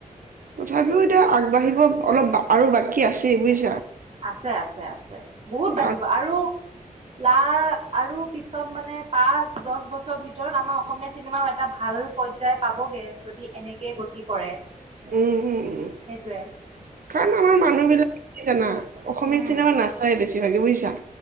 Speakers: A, on the right; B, on the right.
A: তথাপিও এতিয়া আগবাঢ়িব অলপ আৰু বাকী আছেই বুইছে
B: আছে আছে আছে বহুত বাঢ়িব
A: কাৰণ
B: আৰু লা আৰু পিছত মানে পাঁচ দহ বছৰ ভিতৰত আমাৰ অসমীয়া চিনেমাও এটা ভাল পৰ্যায় পাব গে যদি এনেকে গতি কৰে
A: উম উম উম
B: সেইটোৱে
A: কাৰণ আমাৰ মানুহ বিলাক কি জানা। অসমীয়া
B: উম
A: চিনেমা নাচাই বেছিভাগে বুজিছা